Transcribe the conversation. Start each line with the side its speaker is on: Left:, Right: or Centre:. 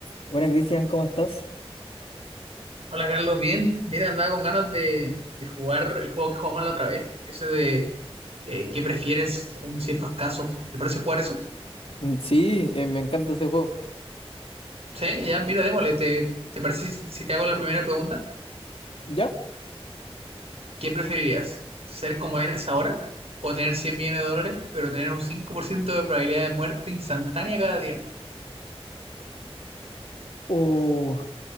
Left: Bueno, Cristian, ¿cómo estás?
Right: Hola Carlos, bien. Mira, andaba con ganas de, de jugar el juego que jugamos la otra vez, ese de eh, qué prefieres en ciertos casos. ¿Te parece jugar eso?
Left: Mm, Sí, eh, me encanta ese juego.
Right: Sí, ya, mira, démosle. ¿Te, te parece si, si te hago la primera pregunta?
Left: ¿Ya?
Right: ¿Qué preferirías? ¿Ser como eres ahora o tener 100 millones de dólares, pero tener un 5% de probabilidad de muerte instantánea cada día?
Left: Uh,